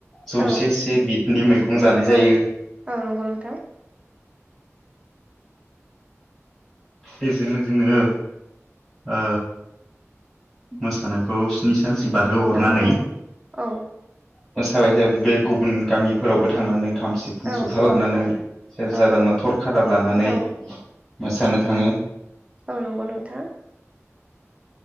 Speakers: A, in the centre; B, on the right.
A: जौसे
B: औ
A: से बिदनि मैगं जानाय जायो।
B: औ औ नंगौ नोंथां
A: बेजोंनो जोङो ओ मोसानायखौ स्नि सा सिम बारहोहरनानै
B: औ औ औ
A: मोसाबाय था बे गुबुन गामिफोरावबो थांनानै, खाम सिफुं
B: औ
A: जथा
B: औ
A: लानानै सेरजा
B: औ
A: लाना थरखादार लानानै,
B: औ
A: मोसानो थाङो।
B: औ नंगौ नोंथां।